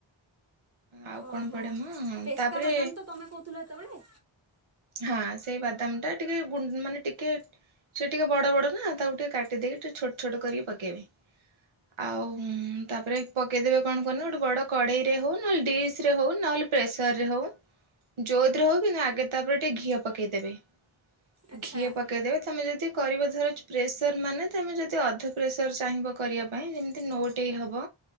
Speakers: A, on the right (about 75°); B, on the right (about 30°).
A: ଆଉ
B: ଓହୋ
A: କଣ ପଡେ ମ
B: ପେସ୍ତା
A: ତାପରେ
B: ବାଦାମ ତ ତମେ କହୁଥିଲ ହେତେବେଳେ
A: ହଁ ସେଇ ଦାମ ଟା ଟିକେ ଗୁ ମାନେ ଟିକେ ସେ ଟିକେ ବଡ ବଡ ନା ତାକୁ ଟିକେ କାଟିଦେଇକି ଟିକେ ଛୋଟ ଛୋଟ କରି ତା ପକେଇବେ ଆଉ ତାପରେ ପକେଇଦବେ କଣ କୁହନି ଗୋଟେ ବଡ କଢ଼େଇରେ ହଉ ନହେଲେ ଡିସ ରେ ହଉ ନହେଲେ ପ୍ରେସରରେ ହଉ ଜୋଉଥିରେ ହଉ କିନ୍ତୁ ଆଗେ ତାପରେ ଟିକେ ଘିଅ ପକେଇଦେବେ।
B: ଆଚ୍ଛା
A: ଘିଅ ପକେଇଦେବେ ତମେ ଯଦି କରିବ ଧର ପ୍ରେସର ମାନେ ତମେ ଯଦି ଅଧ ଚାହିଁବ କରିବା ପାଇଁ ଯେମି ଯେନ୍ତି ନଉଟେଇ ହବ